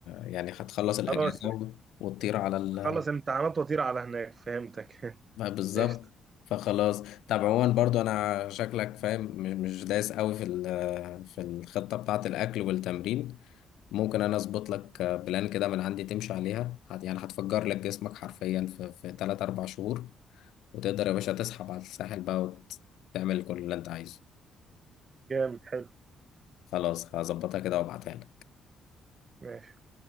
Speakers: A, on the left; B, on the right.
A: يعني هتخلص الاجازة
B: خلاص
A: و- وتطير على ال
B: خلص امتحانات وطير على هناك فهمتك
A: بقى
B: <laughs>
A: بالظبط
B: قشطة
A: فخلاص طب عموما برضو انا شكلك فاهم م- مش دايس قوي في ال- في الخطة بتاعة الاكل والتمرين ممكن انا اظبط لك آه، بلان كده من عندي تمشي عليها هت- يعني هتفجر لك جسمك حرفيا في في 3 4 شهور وتقدر يا باشا تسحب على الساحل بقى وتعمل كل اللي انت عايزه
B: جامد حلو
A: خلاص هظبطها كده وابعتها لك
B: ماشي